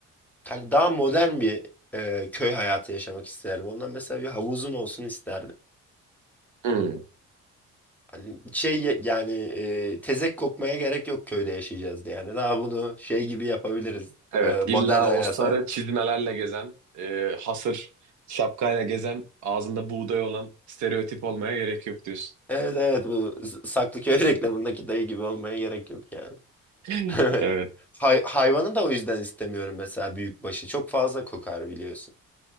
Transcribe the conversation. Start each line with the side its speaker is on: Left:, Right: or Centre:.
Centre: hani daha modern bir e, köy hayatı yaşamak isterdim. Ondan mesela bir havuzum olsun isterdim.
Right: Hı.
Centre: Hani şey ye- yani e, tezek kokmaya gerek yok köyde yaşayacağız diye. Yani daha bunu şey gibi yapabiliriz
Right: Evet,
Centre: e,
Right: illa
Centre: modern hayata.
Right: o sarı çizmelerle gezen, e, hasır şapkayla gezen, ağzında buğday olan stereotip olmaya gerek yok diyorsun.
Centre: Evet evet bu S- Saklıköy <laughs> reklamındaki dayı gibi olmaya gerek yok yani. <laughs>
Right: <laughs> Evet,
Centre: Hay- hayvanı da o yüzden istemiyorum mesela büyükbaşı. Çok fazla kokar biliyorsun.